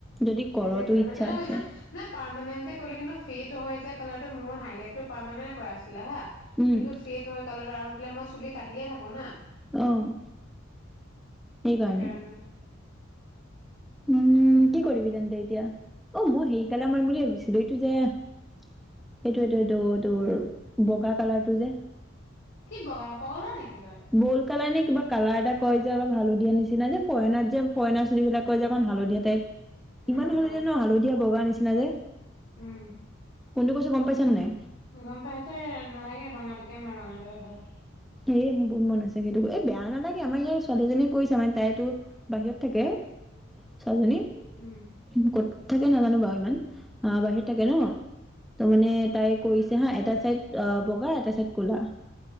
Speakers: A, in the centre; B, on the left.
A: যদি
B: সেইটোৱে
A: কৰ তোৰ
B: কৰিব
A: ইচ্ছা আছে
B: নানে পাৰমানেণ্টে কৰিলে কিন্তু ফেড হয় যে কালাৰটো মোৰ হাইলাইট টো পাৰমানেন্টয়ে কৰা আছ হা
A: উম
B: কিন্তু ফেড হয় কালাৰটো আৰু মই চুলি কাট ৰাতিয়ে থাকো না।
A: অ',
B: সেইটো
A: সেইকাৰণে
B: কাৰণে।
A: উম, কি কৰিবি তেন্তে এতিয়া অ', মই হেৰি কালাৰ মাৰিম বুলি ভাবিছিলো এইটো যে এইটো এইটো এইটো তোৰ বগা কালাৰটো যে
B: কি বগা পগলা নেকি তই?
A: বল কালাৰ নে কিবা কালাৰ এটা কয় যে অলপ হালধীয়া নিচিনা যে ফৰেনাৰ যে ফৰেনাৰ চুলি বিলাক কয় যে অকণ হালধীয়া টাইপ।
B: উম
A: ইমান হ'লে
B: উম
A: যে ন হালধীয়া বগাৰ নিচিনা যে।
B: উম
A: কোনটো কৈছো গম পাইছা নে নাই?
B: গম পায় তো এ নালাগে ৰঙাটো তে মাৰ ৰঙাটোয়ে ভাল।
A: এ মোৰ বহুত মন আছে সেইটো এ বেয়া নালাগে আমাৰ ইয়াৰ ছোৱালীজনীয়ে কৈছো মানে তাইতো বাহিৰত থাকে ছোৱালীজনী।
B: উম
A: ক'ত? থাকে নাজানো বাৰু ইমান। আ, বাহিৰত থাকে ন'? ত', মানে, তাই কৈছে
B: উম
A: হা, এটা চাইড আ, বগা। এটা চাইড ক'লা